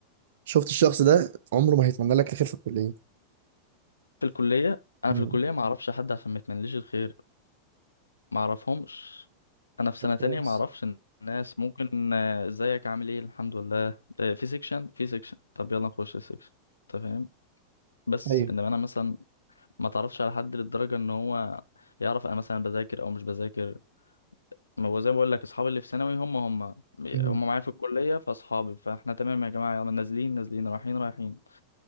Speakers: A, on the right (about 55°); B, on the left (about 80°).
A: شفت الشخص ده عمره ما هيتمنى لك الخير في الكليه
B: في الكلية انا
A: مم.
B: في الكلية ما اعرفش حد عشان ما يتمنليش الخير ما اعرفهمش انا في سنة
A: طب
B: تانية
A: كويس
B: ما اعرفش الناس ممكن آه، ازيك عامل ايه الحمد لله آه، في سيكشن في سيكشن طب يلا نخش السيكشن انت فاهم بس
A: ايوه
B: انما انا مثلا ما تعرفش على حد للدرجة ان هو يعرف انا مثلا بذاكر او مش بذاكر ما هو زي ما بقول لك اصحابي اللي في ثانوي هم هم
A: امم
B: هم معايا في الكلية فاصحابي فاحنا تمام يا جماعة يلا نازلين نازلين رايحين رايحين